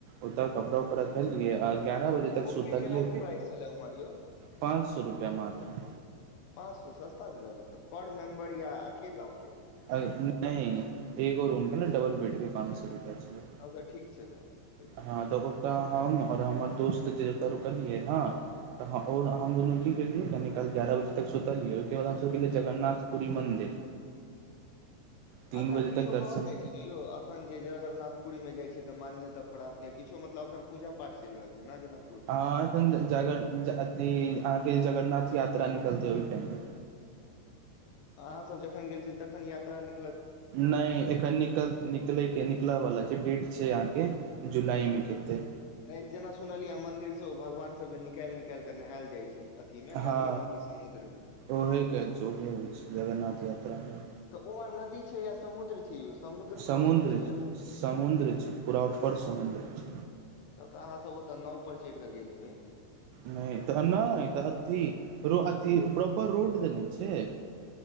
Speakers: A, on the right; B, on the left.
A: ओतो कपड़ा उपड़ा रखलियऐ आ ग्यारह बजे
B: रूम
A: तक सुतलियै
B: के केना की
A: फेर
B: प्राइस छलै उम्हर यौ
A: पाँन सो रुपया मात्र
B: पाँच सौ सस्ता छलै तब त पर मेम्बर या अकेलाके
A: अए नै एगो रूम के ने डबल बेड के पाँच सो रूपया छै
B: तब तऽ ठीक छलै पैसा
A: हँ डबल तऽ हम और हमर दोस्त जे ओतो रुकलियै हँ त हं ओइमे अ हम दुनू की केलियै कनी काल ग्यारह बजे तक सुतलियै ओइके बाद हम सभ गेलियै जगन्नाथपुरी मन्दिर तीन
B: अखन
A: बजे
B: किछु
A: तक दर्शन
B: कहल जाइ छै नै यौ अखन जे जगरनाथ पुरीमे जाय छै तऽ मान्यता प्राप्त या किछो मतलब अखन पूजा पाठ चलि रहल छै ने जेना
A: हँ अखन त जगर अथी एखन अहाँके जगरनाथ यात्रा निकलतै ओहि टाइममे
B: अहाँ सब जखन गेल छी तखन यात्रा नि
A: नै एखन निकल निकलैके निकलैवला छै डेट छै अहाँके जुलाइमे केते
B: नै जेना सुनलियै मन्दिर स ओ भगवान सबके निकैल निकैल कऽ नहायल जाइ छै <unintelligible> इमे
A: हँ
B: नदीमे कि समुद्रमे
A: ओहे कल छै ओहे होइ छै जगन्नाथ यात्रामे
B: तऽ उमहर नदी छै या समुद्र छै यौ
A: समुद्र
B: क्रॉस कऽ के जाय
A: छै
B: वला
A: समुद्र छै प्रॉपर समुद्र छै
B: तब तऽ अहाँ सब ओतऽ नाव पर चैढ़ कऽ गेल हेबै
A: नै तऽ नै तऽ अथि अथि प्रॉपर रोड देने छै